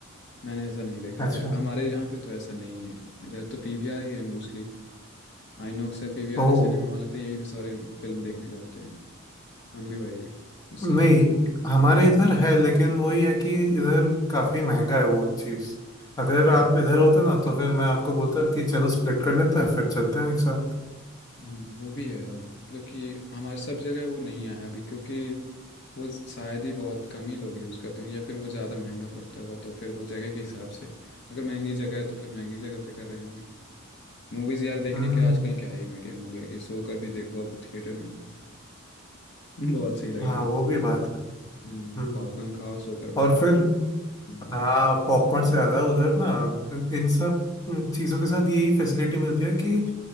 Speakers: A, on the left; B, on the left.
A: मैंने ऐसा नहीं देखा
B: अच्छा
A: यार हमारे यहाँ पे तो ऐसा नहीं है इधर तो पीवीआर ही है मोस्टली आईनॉक्स है पीवीआर
B: ओ
A: है सिनेमा वाले तो यही में सारे फिल्म देखने जाते हैं हम भी भाई उससे
B: नहीं
A: ज़्यादा तो
B: हमारे इधर है लेकिन वही है कि इधर काफी महंगा है वो चीज अगर
A: हाँ
B: आप इधर होते ना तो फिर मैं आपको बोलता कि चलो स्प्लिट कर लेते हैं फिर चलते हैं एक साथ
A: हम्म, वो भी है यार मतलब कि हमारे सब जगह वो नहीं आया अभी क्योंकि वो शायद ही बहुत कम ही लोग यूज़ करते होंगे या फिर वो ज़्यादा महंगा पड़ता होगा तो फिर वो जगह के हिसाब से अगर महंगी जगह है तो फिर महंगी जगह पे कर रहे होंगे मूवीज़ यार देखने
B: हम्म
A: के आजकल क्या ही मीडियम हो गए कि सो कर भी देखो अब थिएटर में <laughs> बहुत सही लगेगा
B: हाँ वो भी बात है
A: हम्म
B: हम्म
A: पॉपकॉर्न खाओ सो कर बैठ
B: और फिर
A: के हम्म
B: हाँ पॉपकॉर्न से ज्यादा उधर ना इन सब चीजों के साथ यही फैसिलिटी मिलती है कि